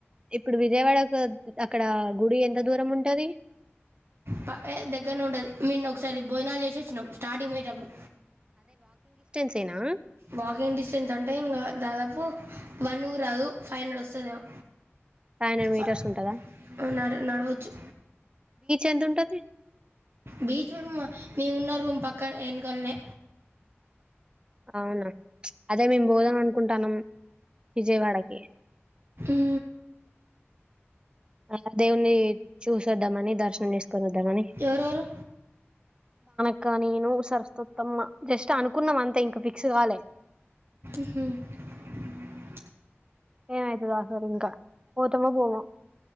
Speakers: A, on the right; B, on the right.
A: ఇప్పుడు విజయవాడకు అక్కడ గుడి ఎంత దూరం ఉంటాది
B: పా ఏ దేగ్గరనే ఉంటది మిన్న ఒకసారి భోజనాలు జేసి వచ్చినాం స్టార్టింగ్ పోయేటప్పుడు
A: అంతేనా
B: వాకింగ్ డిస్టెన్స్ అంటే ఇగా దాదాపు వన్ గూడ రాదు ఫైవ్ హండ్రెడ్ వస్తాదేమో
A: ఫైవ్ హండ్రెడ్
B: ఫా
A: మీటర్స్ ఉంటదా
B: ఆ నడ నడవొచ్చు
A: ఎంతుంటది
B: బీచ్ రూమ మేం వున్న రూం పక్క ఎనుకల్నే
A: అవునా ప్చ్ అదే మేం బోధం అనుకుంటాన్నాం విజయవాడకి
B: మ్
A: ఆ దేవుని చూసోద్దమని దర్శనం చేసుకొని వద్దామని
B: ఎవరెవరు
A: ఇంకా నేను సరస్వతత్తమ్మ జస్ట్ అనుకున్నాం అంతే ఇంక ఫిక్స్ కాలే.
B: మ్
A: ఏమైతదో అసలు ఇంకా పోతమో పోమో!